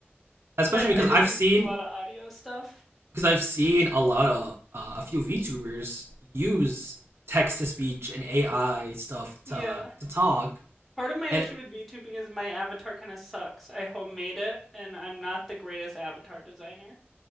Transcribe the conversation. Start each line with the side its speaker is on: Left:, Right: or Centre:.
Right: especially
Centre: because I
Right: because
Centre: I did
Right: I've
Centre: used
Right: seen
Centre: to do a lot of audio stuff.
Right: because I've seen a lot of uh, a few VTubers use text to speech and AI stuff
Centre: Yeah.
Right: to to talk.
Centre: Part of my
Right: And
Centre: issue with VTubing is my avatar kind of sucks. I homemade it and I'm not the greatest avatar designer.